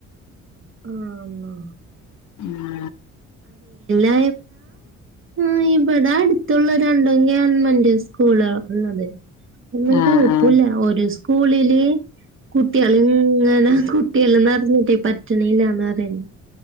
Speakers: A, on the right; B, on the left.
A: ആണ
B: <inaudible>
A: ഇവിട മ്മ് ഇവട അടുത്ത ഉള്ള രണ്ടും ഗവണ്മെന്റ് സ്കൂളാ ഉള്ളത് മ്മ്
B: ആഹ്
A: കൊഴപ്പുല്ല
B: ആഹ്
A: ഒരു സ്കൂളില് കുട്ടികളുങ്ങനെ കുട്ടികള് നിറഞ്ഞോണ്ട് പറ്റണില്ല ന്ന് പറയേണ്